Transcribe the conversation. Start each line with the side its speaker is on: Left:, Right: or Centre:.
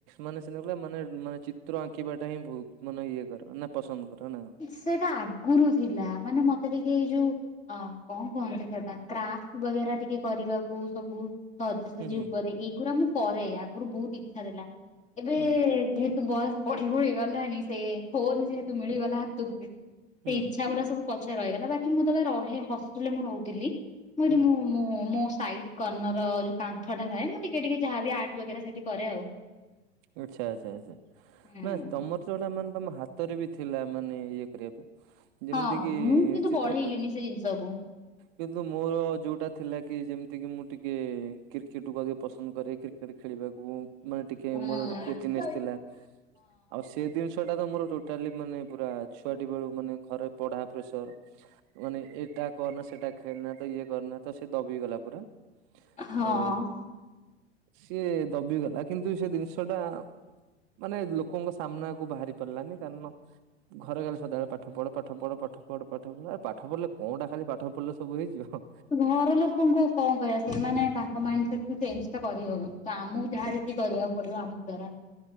Right: ମାନେ ସେ ନ କଲେ ମାନେ ମାନେ ଚିତ୍ର ଆଙ୍କିବା ଟା ହିଁ ବହୁତ ମନ ଇଏ କର ନା। ପସନ୍ଦ କର ନା।
Left: ସେଇଟା ଆଗୁରୁ ଥିଲା ମାନେ ମତେ ଟିକେ ଏଇ ଯୋଉ ଅ କଣ କୁହନ୍ତି ସେଟା କ୍ରାଫଟ୍ <unintelligible> ଟିକେ କରିବାକୁ ସବୁ। ସଜାସଜି
Right: ହୁଁ ହୁଁ
Left: ଉପରେ ଏଗୁଡା ମୁଁ କରେ ଆଗୁରୁ ବହୁତ ଇଚ୍ଛା ଥିଲା ଏବେ
Right: ହୁଁ
Left: ଯେ ତ ବୟସ ବଢି ବଢି ଗଲାଣି ସେ ଫୋନ ଯେହେତୁ ମିଳିଗଲା ହାତକୁ ସେ
Right: ହୁଁ
Left: ଇଚ୍ଛା ଗୁରା ସବୁ ପଛେ ରହିଗଲା ବାକି ମୁଁ ଯେତେବେଳେ ରହେ ହଷ୍ଟେଲରେ ମୁଁ ରହୁଥିଲି ମୁଁ ଏଠି
Right: ହୁଁ
Left: ମୁଁ ମୁଁ ମୁଁ ସାଇଡ଼ କର୍ନର ଯୋଉ କାନ୍ଥ ଟା ଥାଏ ମୁଁ ଟିକେ ଟିକେ ଯାହାବି ଆର୍ଟ ବଗେରା ସେଠି କରେ ଆଉ।
Right: ଆଚ୍ଛା ଆଚ୍ଛା ଆଚ୍ଛା
Left: ହୁଁ।
Right: ନା ତମର ଯୋଉଟା ମାନେ ତମ ହାତରେ ବି ଥିଲା ମାନେ ଇଏ କରିବା ପାଇଁ
Left: ହଁ
Right: ଯେମିତି କିି
Left: ମୁଁ କିନ୍ତୁ
Right: ଚିତ୍ର
Left: ବଢେଇଲିନି
Right: କ
Left: ସେ ଜିନିଷକୁ।
Right: କିନ୍ତୁ ମୋର ଯୋଉଟା ଥିଲା କି ଯେମିତି କି ମୁଁ ଟିକେ କ୍ରିକେଟ କୁ ଅଧିକ ପସନ୍ଦ କରେ କ୍ରି କ୍ରିକେଟ ଖେଳିବାକୁ ମାନେ ଟିକେ
Left: ହୁଁ।
Right: ମୋର ଗୋଟେ କ୍ରେଜିନେସ୍ ଥିଲା ଆଉ ସେ ଜିନିଷ ଟା ତ ମୋର ଟୋଟାଲି ମାନେ ପୁରା ଛୁଆଟି ବେଳୁ ମାନେ ଘରେ ପଢା ପ୍ରେସର। ମାନେ ଏଟା କରନା ସେଟା ଖେଳନା ତ ଇଏ କରନା। ତ ସେ ଦବି ଗଲା ପୁରା
Left: ହଁ।
Right: ଆଉ ସିଏ ଦବିଗଲା କିନ୍ତୁ ସେ ଜିନିଷ ଟା ମାନେ ଲୋକଙ୍କ ସାମ୍ନାକୁ ବାହାରି ପାରିଲାନି କାରଣ ଘରେ ଖାଲି ସଦାବେଳେ ପାଠ ପଢ ପାଠ ପଢ଼ ପାଠ ପଢ ପାଠ ପଢ ଆ ପାଠ ପଢ଼ିଲେ କଣଟା ଖାଲି ପାଠ ପଢିଲେ ସବୁ ହେଇଯିବ।
Left: ଘର ଲୋକଙ୍କୁ ଆଉ କଣ କହିବା ସେମାନେ ତାଙ୍କ ମାଇଣ୍ଡ ସେଠୁ ଚେଞ୍ଜ ତ କରିହବନି ତ ଆମକୁ ଯାହା ଯେତିକି କରିବା ପଡିବ ଆମକୁ ଦ୍ୱାରା